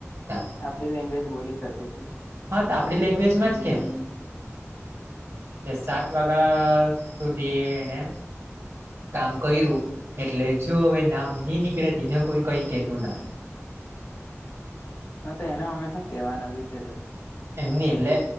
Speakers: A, on the right; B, on the left.
A: કાલ.
B: આપડી લેંગ્વેજ બોલી શકે છે.
A: હા તો આપણી લેંગ્વેજમાં જ કેમ? એ સાત વાગ્યા સુધી એને કામ કર્યું એટલે જો હવે નામ નહી નીકળ્યા એને કોઈ કઈ કેતું ના.
B: હ તો એનો અમે શું કેવાના બીશે તો.
A: એમની એટલે